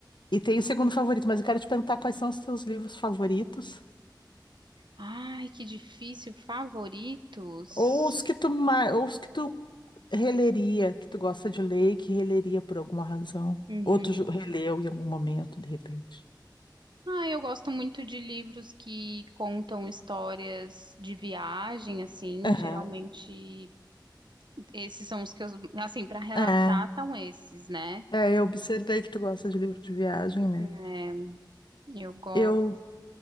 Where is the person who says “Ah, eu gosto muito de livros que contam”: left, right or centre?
Right